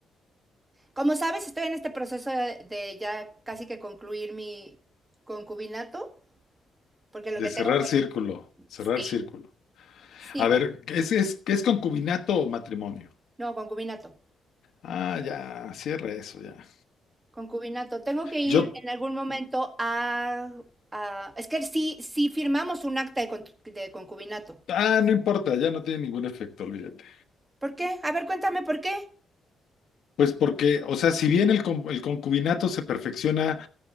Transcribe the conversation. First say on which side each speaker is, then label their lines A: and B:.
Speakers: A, on the right; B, on the left.
A: como sabes, estoy en este proceso de, de ya casi que concluir mi concubinato, porque lo
B: De
A: que
B: cerrar
A: tengo con...
B: círculo, cerrar
A: Sí,
B: círculo.
A: sí,
B: A ver, ¿qué es, es, qué es concubinato o matrimonio?
A: no, concubinato,
B: Ah, ya, cierra eso, ya.
A: concubinato. Tengo que ir
B: Yo,
A: en algún momento a... a- es que sí, sí firmamos un acta de, con- de concubinato.
B: ah, no importa, ya no tiene ningún efecto, olvídate.
A: ¿Por qué? A ver, cuéntame por qué.
B: Pues porque, o sea, si bien el, con- el concubinato se perfecciona